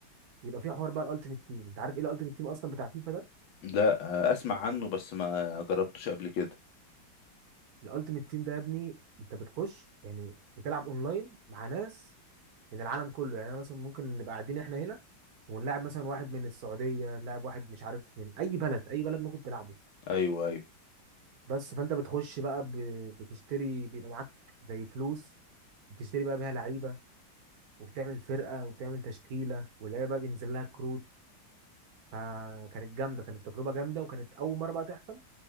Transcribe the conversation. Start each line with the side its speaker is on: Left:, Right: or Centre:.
Right: يبقى في حوار بقى الالتيميت تيم انت عارف ايه الالتيميت تيم اصلا بتاع فيفا ده؟
Left: لا آه، اسمع عنه بس ما جربتوش قبل كده
Right: الالتيميت تيم ده يا ابني انت بتخش يعني بتلعب اونلاين مع ناس من العالم كله يعني انا مثلا ممكن نبقى قاعدين احنا هنا ونلاعب مثلا واحد من السعوديه نلاعب واحد مش عارف من اي بلد اي بلد ممكن تلعبه
Left: ايوه ايوه
Right: بس فانت بتخش بقى ب- بتشتري بيبقى معاك زي فلوس بتشتري بقى بيها لعيبه وبتعمل فرقه وبتعمل تشكيله واللعيبه بقى بينزل لها كروت فكانت جامده كانت تجربه جامده وكانت اول مره بقى تحصل